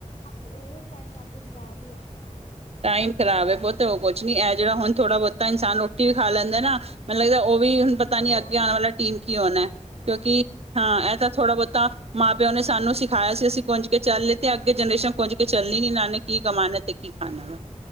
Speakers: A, on the left; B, on the right.
A: ਅੱਜ ਉਹ ਟਾਈਮ ਅੱਗੇ ਖ਼ਰਾਬ ਹੀ ਆਣਾ ਉਹ
B: ਟਾਈਮ ਖਰਾਬ ਹੈ ਪੁੱਤ ਹੋਰ ਕੁਛ ਨੀ ਇਹ ਜਿਹੜਾ ਹੁਣ ਥੋੜਾ ਬਹੁਤਾ ਇਨਸਾਨ ਰੋਟੀ ਵੀ ਖਾ ਲੈਂਦਾ ਨਾ ਮੈਨੂੰ ਲੱਗਦਾ ਉਹ ਵੀ ਹੁਣ ਪਤਾ ਨੀ
A: ਉਹ
B: ਅੱਗੇ
A: ਵੀ
B: ਆਉਣ ਵਾਲਾ ਟੀਮ ਕੀ ਹੋਣਾ ਹੈ ਕਿਉਂਕਿ
A: ਉਹੀ
B: ਹਾਂ ਇਹ ਤਾਂ ਥੋੜ੍ਹਾ ਬਹੁਤਾ ਮਾਂ ਪਿਓ ਨੇ ਸਾਨੂੰ ਸਿਖਾਇਆ ਸੀ ਅਸੀਂ ਗੁੰਜ ਕੇ ਚੱਲ ਗੇ ਤੇ ਅੱਗੇ ਜਨਰੇਸ਼ਨ ਕੁੁਝ ਕੇ ਚੱਲਣੀ ਨੀ ਇਹਨਾਂ ਨੇ ਕੀ ਕਮਾਨਣਾ ਤੇ ਕੀ ਖਾਣਾ ਵਾ।